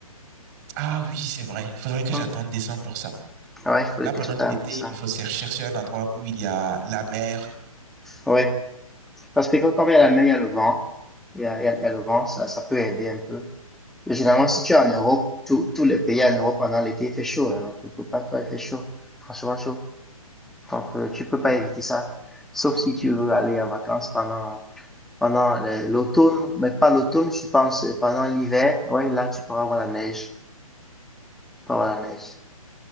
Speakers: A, on the right; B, in the centre.
A: Ah oui, c'est vrai. Faudrait que
B: Hum.
A: j'attende décembre pour ça.
B: Ouais, il faut
A: Là,
B: que
A: pendant
B: tu
A: l'été,
B: ailles en décembre.
A: il me faut cher- chercher un endroit où il y a la mer,
B: Ouais. Parce que quand, quand il y a la mer, il y a le vent. Il y a, il y a- il y a le vent, ça, ça peut aider un peu. Mais Généralement, si tu es en Europe, tout, tous les pays en Europe pendant l'été, il fait chaud. hein. Donc, quelque part, toi, il fait chaud. Franchement, chaud. Donc, euh, tu peux pas éviter ça. Sauf si tu veux aller en vacances pendant, pendant le- l'automne. Mais pas l'automne, je pense, euh, pendant l'hiver. Ouais, là, tu pourras avoir la neige. Tu pourras avoir la neige.